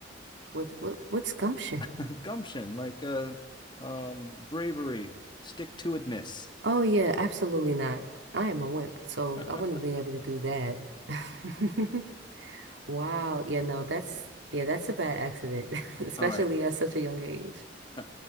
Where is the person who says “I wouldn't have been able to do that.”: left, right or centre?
Right